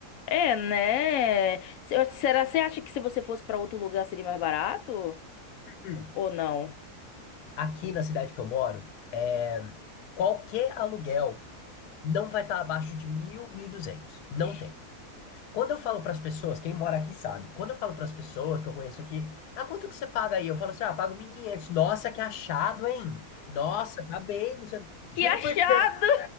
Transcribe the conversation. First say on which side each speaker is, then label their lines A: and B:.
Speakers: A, on the left; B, on the left.
A: É, né? Se- Será, você acha que se você fosse pra outro lugar seria mais barato?
B: Hum.
A: Ou não?
B: Aqui na cidade que eu moro, é, qualquer aluguel não vai estar abaixo de 1.000, duzentos. Não
A: Ixi,
B: tem. Quando eu falo para as pessoas, quem mora aqui sabe, quando eu falo para as pessoas que eu conheço aqui, ah, quanto que você paga aí? Eu falo assim, ah, pago 1.500. Nossa, que achado, hein? Nossa, tá bem. não sei o quê.
A: Que
B: Juro
A: achado!
B: por Deus. <laughs>